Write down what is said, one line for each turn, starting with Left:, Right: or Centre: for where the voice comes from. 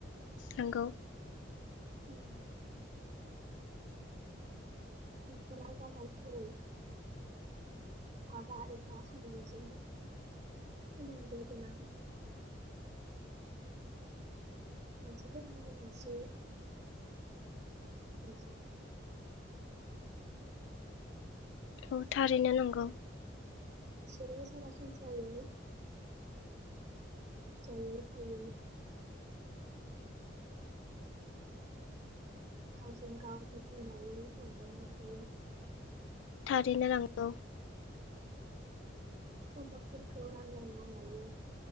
Left: नंगौ।
Right: उम। न'खरा जाबाय थै हाबा एफा खांनायजों सोमोन्दो गोनां मानसिफोरनि मोनसे <unintelligible>
Left: औ थारैनो नंगौ।
Right: बिसोरो सरासनस्रायै ज'यै थायो। गावजों गाव जोथोन लायो अनलायना थायो।
Left: थारैनो नंगौ।
Right: सम्पदफोरखौ रानलायना लायो।